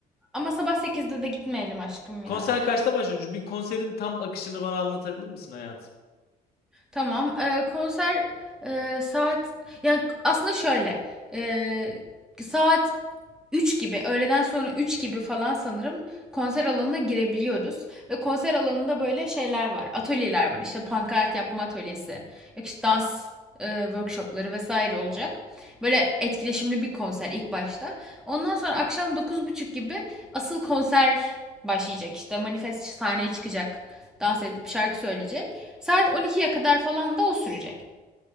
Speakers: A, in the centre; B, on the left (about 65°).
A: ama sabah sekizde de gitmeyelim aşkım
B: Konser
A: ya.
B: kaçta başlamış? Bir konserin tam akışını bana anlatabilir misin hayatım?
A: Tamam. Ee, konser e, saat ya aslında şöyle e, saat 3 gibi öğleden sonra 3 gibi falan sanırım konser alanına girebiliyoruz. Ve konser alanında böyle şeyler var. Atölyeler var. İşte pankart yapma atölyesi. Yok işte dans e, workshopları vesaire olacak. Böyle etkileşimli bir konser ilk başta. Ondan sonra akşam dokuz buçuk gibi asıl konser başlayacak işte. Manifest sahneye çıkacak. Dans edip şarkı söyleyecek. Saat on ikiye kadar falan da o sürecek.